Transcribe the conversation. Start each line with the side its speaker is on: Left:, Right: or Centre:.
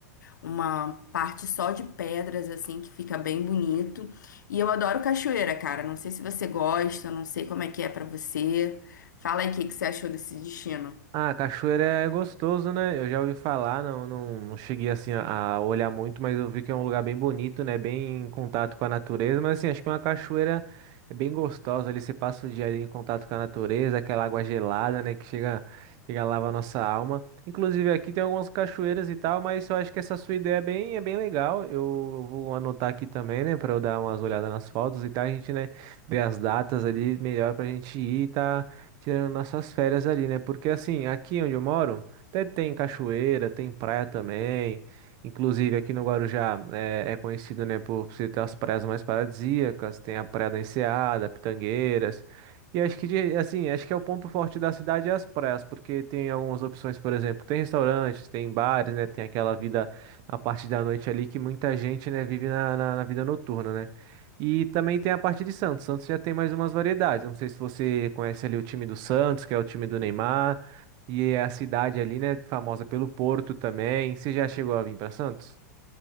Left: uma parte só de pedras, assim, que fica bem bonito. E eu adoro cachoeira, cara. Não sei se você gosta, não sei como é que é pra você. Fala aí o que que você achou desse destino.
Right: Ah, cachoeira é gostoso, né? Eu já ouvi falar, não, não, não cheguei assim a a olhar muito, mas eu vi que é um lugar bem bonito, né? Bem em contato com a natureza, mas assim, acho que uma cachoeira é bem gostosa ali, você passa o dia ali em contato com a natureza, aquela água gelada, né? Que chega, chega a lavar a nossa alma. Inclusive aqui tem algumas cachoeiras e tal, mas eu acho que essa sua ideia é bem, é bem legal. Eu vou anotar aqui também, né? Pra eu dar umas olhadas nas fotos e tal, a gente, né, ver as datas ali melhor pra gente ir, tá? tirando nossas férias ali, né? Porque assim, aqui onde eu moro, até tem cachoeira, tem praia também. Inclusive aqui no Guarujá é, é conhecido, né, por ser ter as praias mais paradisíacas, tem a Praia da Enseada, Pitangueiras. E acho que de- assim, acho que é o ponto forte da cidade é as praias, porque tem algumas opções, por exemplo, tem restaurantes, tem bares, né, tem aquela vida na parte da noite ali que muita gente, né, vive na, na na vida noturna, né? E também tem a parte de Santos. Santos já tem mais umas variedades. Não sei se você conhece ali o time do Santos, que é o time do Neymar, e é a cidade ali, né, famosa pelo Porto também. Você já chegou a vir para Santos?